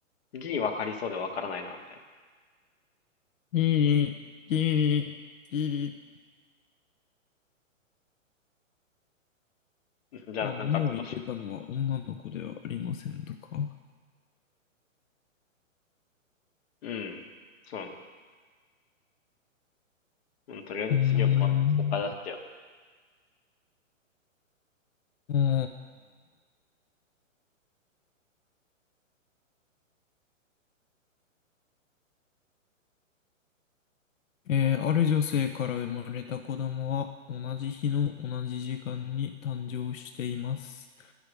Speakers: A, on the left; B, on the left.
A: リ分わかりそうでわからないな、みたい
B: ギリ、ギリ、ギリ。
A: な。じゃあ、
B: まあ、物を入れたのは女の子ではありませんとか。
A: なんか、おし、うん。そうやな。うん、とりあえず次は、
B: うーん。
A: ま、もう一回出しちゃう。
B: あーえー、ある女性から生まれた子供は同じ日の同じ時間に誕生しています。